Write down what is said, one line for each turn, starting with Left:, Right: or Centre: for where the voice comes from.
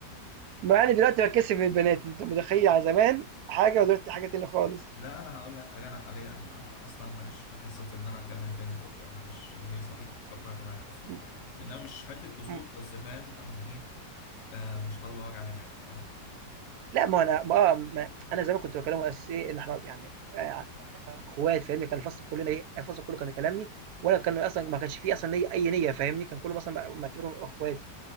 Right: مع اني دلوقتي باتكسف من البنات، أنت متخيل يعني زمان حاجة ودلوقتي حاجة تانية خالص.
Left: لا انا هقول لك حاجه انا حاليا أنا اصلا ماليش في قصه ان انا اكلم بنت وكده ماليش الهيصه دي كبر دماغي اصلا
Right: إمم،
Left: فاهم منها مش حته كسوف
Right: إمم.
Left: بس فاهم يعني ايه؟ آه مش طالبه وجع دماغ فاهم
Right: لأ ما هو أنا ما آه، ما أنا زمان كنت باكلمهم أساس إيه، إن إحنا يعني آآ أخوات فاهمني، كان الفصل كلنا إيه، الفصل كله كان بيكلمني وأنا كان أصلًا ما كانش في أصلًا ليّا أي نيّة فاهمني، كان كله مثلًا م معتبرهم أخواتي،